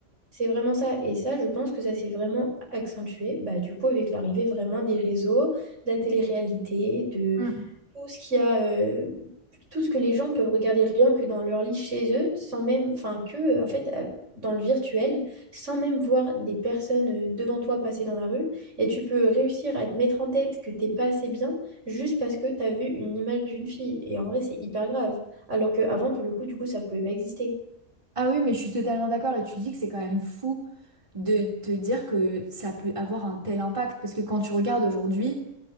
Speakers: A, on the right (about 75°); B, on the right (about 25°).
A: C'est vraiment ça. Et ça, je pense que ça s'est vraiment accentué, bah, du coup, avec l'arrivée vraiment des réseaux, de la télé-réalité, de
B: Mm.
A: tout ce qu'il y a, euh, tout ce que les gens peuvent regarder rien que dans leur lit chez eux, sans même, enfin, que, en fait, euh, dans le virtuel, sans même voir des personnes euh, devant toi passer dans la rue. Et tu peux réussir à te mettre en tête que t'es pas assez bien juste parce que t'as vu une image d'une fille. Et en vrai, c'est hyper grave. Alors qu'avant, pour le coup, du coup, ça pouvait pas exister.
B: Ah oui, mais je suis totalement d'accord. Et tu dis que c'est quand même fou de te dire que ça peut avoir un tel impact. Parce que quand tu regardes aujourd'hui.